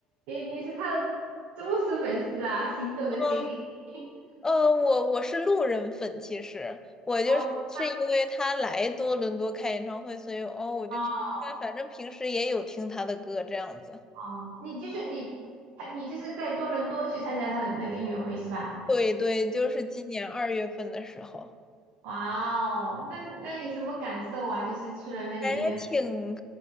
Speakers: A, on the right; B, on the left.
A: 你你是他的忠实粉丝啊，行走的
B: 嗯
A: CD。<laughs>
B: 呃，我我是路人粉，其实我就是是因为他来多伦多开演唱会，
A: 哦
B: 所以哦，我就去看反正平时也有听他的歌这样子。
A: 哦哦，你就是你，他你就是在多伦多去参加他的那个音乐会是吧？
B: 对对，就是今年二月份的时候，
A: 哇哦，那那你什么感受啊？就是去了那个音乐会，
B: 还挺